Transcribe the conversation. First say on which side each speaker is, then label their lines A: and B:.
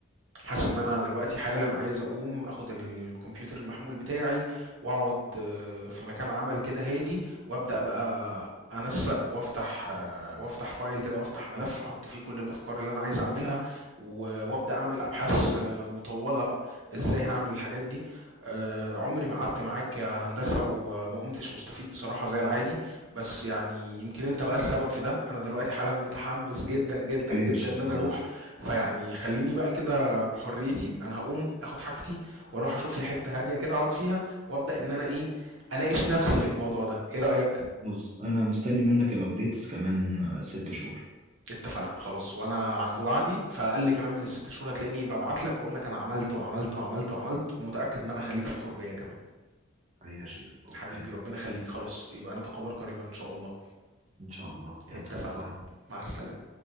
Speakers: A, on the right; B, on the right.
A: حاسس ان انا دلوقتي حالا عايز اقوم اخد الكمبيوتر المحمول بتاعي واقعد آه، في مكان عمل كده هادي وابدا بقى انسق وافتح آه، وافتح فايل كده وافتح ملف احط فيه كل الافكار اللي انا عايز اعملها و- وابدا اعمل ابحاث آه، مطوله بقى ازاي هعمل الحاجات دي آه، عمري ما قعدت معاك يا هندسه وما قمتش مستفيد بصراحه زي العادي بس يعني يمكن انت بقى السبب في ده انا دلوقتي حالا متحمس جدا جدا
B: حبيبي
A: جدا
B: يا شريف
A: ان انا
B: والله
A: اروح فيعني خليني بقى كده بحريتي انا هقوم اخد حاجتي واروح اشوف لي حته هاديه كده اقعد فيها وابدا ان انا ايه اناقش نفسي في الموضوع ده ايه رايك
B: بص أنا مستني منك الأبديتس كمان آه، ست شهور
A: اتفقنا خلاص وانا عند وعدي فاقل كمان من الست شهور هتلاقيني ببعت لك واقول لك انا عملت وعملت وعملت وعملت ومتاكد ان انا خليك فخور بيا كمان
B: حبيبي يا شريف اوكي
A: حبيبي ربنا يخليك خلاص يبقى نتقابل قريبا ان شاء الله
B: ان شاء الله يلا
A: اتفقنا
B: باي
A: مع السلامه